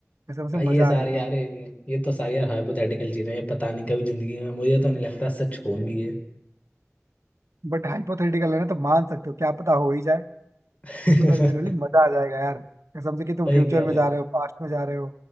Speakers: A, on the right; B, on the left.
A: ऐसे मुझे
B: भाई ये
A: मजा
B: सारी
A: आ जाता
B: यार ये, ये तो सारी यार हाइपोथेटिकल चीजें हैं पता नहीं कभी जिंदगी में मुझे तो नहीं लगता सच होंगी ये
A: बट हाइपोथेटिकल है ना तो मान सकते हो क्या पता हो ही जाए
B: <laughs> सही
A: मतलब लिटरली मजा आ जाएगा यार कसम से कि तुम
B: कह
A: फ्यूचर में
B: रहे
A: जा
B: हो
A: रहे हो पास्ट में जा रहे हो